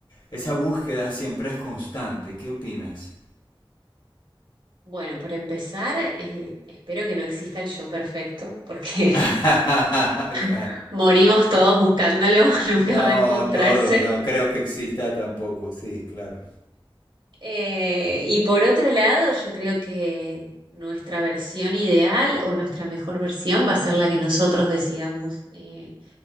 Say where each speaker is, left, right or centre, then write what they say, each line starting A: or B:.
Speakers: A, on the left; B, on the right.
A: esa búsqueda siempre es constante. ¿Qué opinas?
B: Bueno, por empezar, eh, espero que no exista el yo perfecto, porque
A: <laughs> Ok.
B: <laughs> morimos todos buscándolo, <laughs> nunca
A: No,
B: va a encontrarse.
A: todos, no creo que exista tampoco, sí, claro,
B: Eh, y por otro lado, yo creo que nuestra versión ideal o nuestra mejor versión va a ser la que nosotros decidamos. Eh,